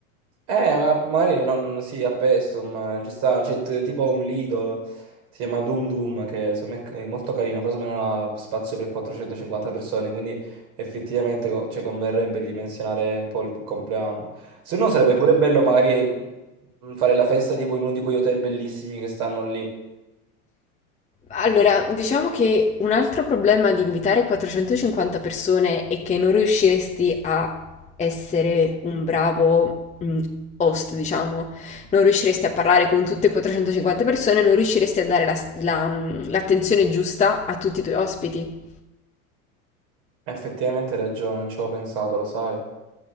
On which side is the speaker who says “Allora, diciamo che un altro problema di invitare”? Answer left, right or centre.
Left